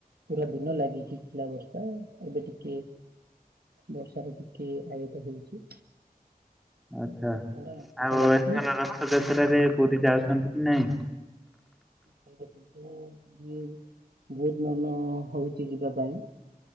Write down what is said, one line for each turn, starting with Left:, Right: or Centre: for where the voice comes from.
Right: ପୁରା ଦିନ ଲାଗିିକି ଥିଲା ବର୍ଷା ଏବେ ଟିକେ ବର୍ଷ ର ଟିକେ ଆଗତ ହେଇଛି।
Centre: ଆଚ୍ଛା
Right: ଥଣ୍ଡା ଥଣ୍ଡା
Centre: ଆଉ
Right: ଲାଗୁଛି
Centre: ଏଥି ରଥଯାତ୍ରାରେ ପୁରୀ ଯାଉଛନ୍ତି କି ନାଇଁ?
Right: ମ ମୁ ବହୁତ ମନ ହଉଛି ଯିବା ପାଇଁ।